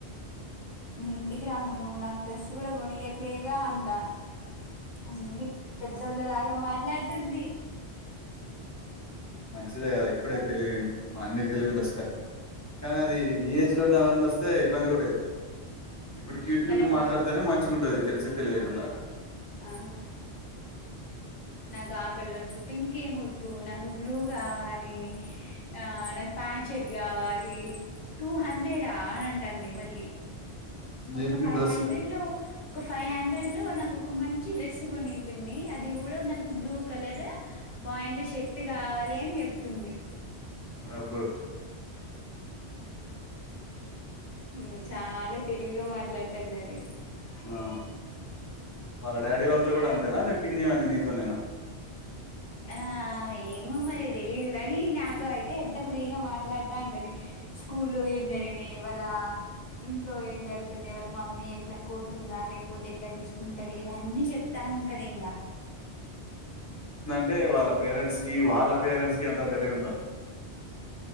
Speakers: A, on the left (about 45°); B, on the left (about 15°).
A: మీ ఇంటికి రాను నుూ నాకు డ్రెస్ కూడా కొనిగట్లేగా అంట అన్ని పెద్దళ్ళ లాగామా ట్లాడుతుంది
B: మంచిదే కదా ఇప్పుడే తెలివి మా అన్ని తెలివులు వస్తాయి కానీ అది
A: ఉమ్,
B: ఈ ఏజ్ లోనేవన్నా వస్త స్తే ఇబ్బంది కుడాయితది ఇప్పుడు క్యూటి
A: వాళ్ళ
B: క్యూటుగా
A: మా
B: మాట్లాడుతేనే మంచిగా ఉంటుది తెలిసి తెలియకుండా
A: ఆ నాకా కలర్ ఒద్దు పింక్ ఏముద్దు నాకు బ్లూ కావాలి ఆ నాక్ ప్యాంట్ షర్ట్ కావాలి టూ హండ్రెడా అని అంటుంది మళ్ళీ
B: దేనికి
A: ఒక ఫైవ్
B: డ్రెస్
A: హండ్రెడ్
B: కా
A: లో ఒక ఫైవ్ హండ్రెడ్ లో నాకు ఒక మంచి డ్రెస్ కొని పిన్ని అది కూడా నా బ్లూ కలర్ పాయింట్ షెట్ కావాలి అని చెప్తుంది
B: అబ్బో
A: ఆమ్మో చాలా తెలివిగా మాట్లాతాండది
B: ఆ వాళ్ళ డాడీ వాళ్ళతో కూడా అంతేనా లేదా పిన్నివాని నితోనేనా
A: ఆ ఎమోమరి తెలిద్గాని నాతో ఐతే అయితే ఎంత ఫ్రీగా మాట్లాడుతా అంటది స్కూల్లో ఏం జరిగినయి వాళ్ళ ఇంట్లో ఏం జరుగుతున్నాయి వాళ్ళ మమ్మీ ఎట్లా కోడుతుందా లేకపోతే ఎట్లా జ్యూస్‌కుంధి ఇవన్నీ చెప్ తాఉంటది ఇంగా
B: అంటే వాళ్ళ పేరెంట్స్కి వాళ్ళ పేరెంట్స్ కి అంత తెలివి ఉందొ